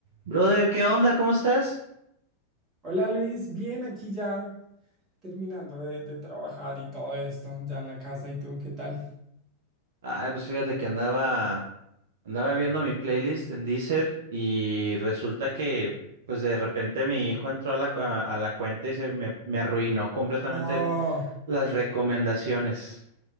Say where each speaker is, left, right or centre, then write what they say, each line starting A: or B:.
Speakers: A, on the right (about 55°); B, on the right (about 30°).
A: Brother, ¿qué onda? ¿Cómo estás?
B: Hola Luis, bien, aquí ya terminando de, de trabajar y todo esto, ya en la casa. ¿Y tú qué tal?
A: Ay, pues fíjate que andaba, andaba viendo mi playlist en Deezer y resulta que, pues de repente mi hijo entró a la, cu- a, a la cuenta y se me, me arruinó completamente
B: No,
A: las recomendaciones.